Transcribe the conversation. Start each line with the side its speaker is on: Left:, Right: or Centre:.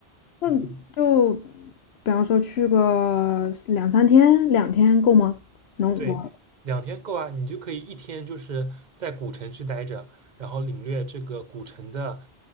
Left: 那就
Right: 嗯。
Left: 比方说去个两三天，两天够吗？能玩？
Right: 对，两天够啊，你就可以一天就是在古城区待着，然后领略这个古城的